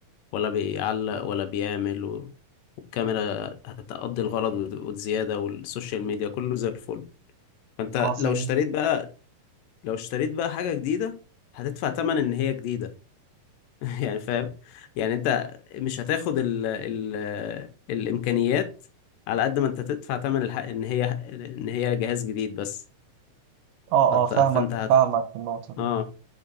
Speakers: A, on the left; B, on the right.
A: ولا بيعلق ولا بيعمل و... والكاميرا هتقضي الغرض وزيادة والسوشيال ميديا كله زي الفل فانت
B: عظيم
A: لو اشتريت بقى لو اشتريت بقى حاجة جديدة هتدفع تمن ان هي جديدة <laughs> يعني فاهم يعني انت مش هتاخد ال ال الامكانيات على قد ما انت تدفع تمن الحق ان هي ان هي جهاز جديد بس
B: آه
A: هت...
B: آه فاهمك
A: فانت هت...
B: فاهمك في النقطة دي
A: اه